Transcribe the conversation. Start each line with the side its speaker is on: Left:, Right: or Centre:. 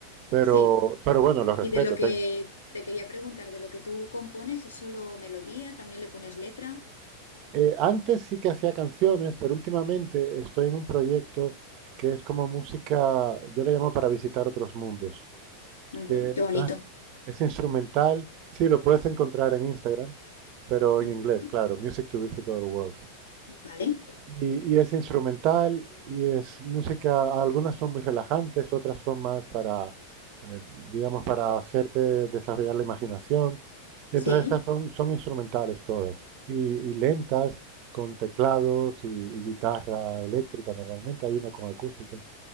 Right: Pero,
Left: Sí.
Right: pero bueno, lo respeto,
Left: Y de lo que
Right: tengo.
Left: te quería preguntar, de lo que tú compones, ¿es solo melodía? ¿También le pones letra?
Right: Eh, antes sí que hacía canciones, pero últimamente estoy en un proyecto que es como música, yo le llamo para visitar otros mundos,
Left: Ujú,
Right: que entonces
Left: Qué bonito.
Right: es instrumental, sí, lo puedes encontrar en Instagram, pero
Left: Ujú.
Right: en inglés, claro, Music to Visit Other Worlds.
Left: Vale.
Right: Y, y es instrumental y es música, algunas son muy relajantes, otras son más para, eh, digamos, para hacerte desarrollar la imaginación. Y
Left: Sí.
Right: entonces estas son, son instrumentales todas y, y lentas con teclados y, y guitarra eléctrica normalmente, hay una con acústica